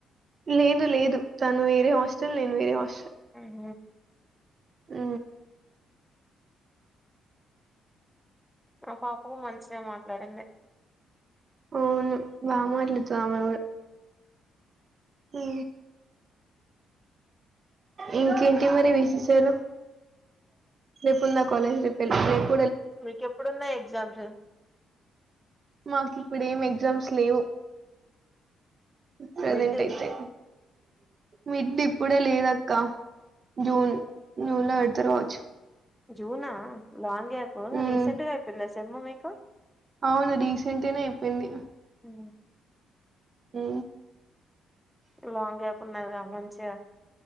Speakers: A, on the right; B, in the centre.
A: లేదు లేదు తను వేరే హాస్టల్ నేను వేరే హాస్టల్
B: ఉ
A: ఆ
B: ఆ పాపకు మంచిషద మాట్లాడింది
A: అవును వామ ఎట్ల త అమె అ ఇంకేంటి మరి లు రిపుందాలజ ర పెల్క్లిప్
B: మీక ఎప్పుడున్నా ఎగ్జామ్స్
A: మాకి ఇప్పుడు ఏం ఎగ్జామ్స్ లేవు ప్రెసెంట్
B: మిడ్
A: అయితే మిడ్ ఇప్పుడే లేద అక్క జూన్ జూన్ లో పెడతారు రాచ్చు
B: జూనా లాంగ్ అయిపో
A: ఉమ్,
B: రీసెంట్ గా <unintelligible> చెమ్మమకా
A: అవును రీసెంట్నే అయిపోయింది
B: ఉ
A: ఆ
B: లాంగ్ కాకున్నా మంచిగా